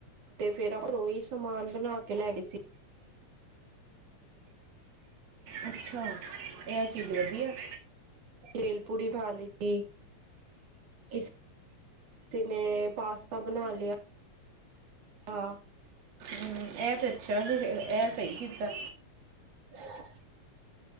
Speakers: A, on the right; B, on the right.
A: ਤੇ ਫੇਰ ਆਪਾਂ ਉਹੀ ਸਮਾਨ ਬਣਾ ਕੇ ਲੈ ਗਏ ਸੀ।
B: ਅੱਛਾ, ਏਹ ਚੀਜ਼ ਵਧੀਆ ਏ।
A: ਭੇਲ ਪੂੜੀ ਖਾ ਲੀਤੀ। ਇਸ ਤੇ ਮੈਂ ਪਾਸਤਾ ਬਣਾ ਲਆ, ਆ
B: ਹੂੰ, ਏਹ ਤੇ ਅੱਛਾ ਫਿਰ, ਏਹ ਸਈ ਕੀਤਾ।
A: <inaudible>